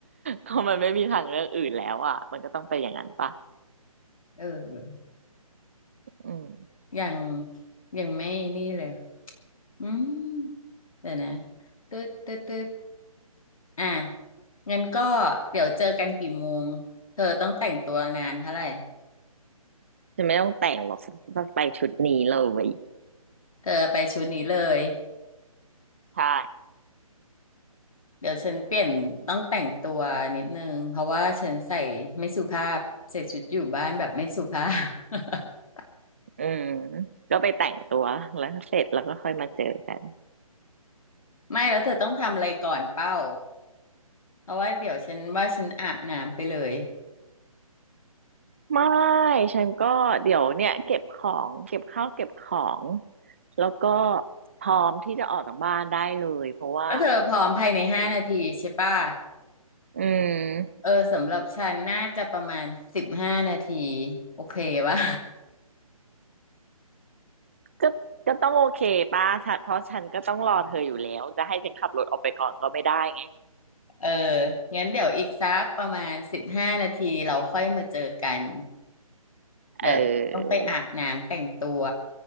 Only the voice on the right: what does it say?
ก็มันไม่มีทางเลือกอื่นแล้วอ่ะมันก็ต้องเป็นอย่างนั้นปะ
อืม
ฉันไม่ต้องแต่งหรอกฉันจะไปชุดนี้เลย
ใช่
อืมก็ไปแต่งตัวแล้วเสร็จแล้วก็ค่อยมาเจอกัน
ไม่ฉันก็เดี๋ยวเนี่ยเก็บของเก็บข้าวเก็บของแล้วก็พร้อมที่จะออกจากบ้านได้เลยเพราะว่า
อืม
ก็ก็ต้องโอเคป้าฉันเพราะฉันก็ต้องรอเธออยู่แล้วจะให้ฉันขับรถออกไปก่อนก็ไม่ได้ไง
เออ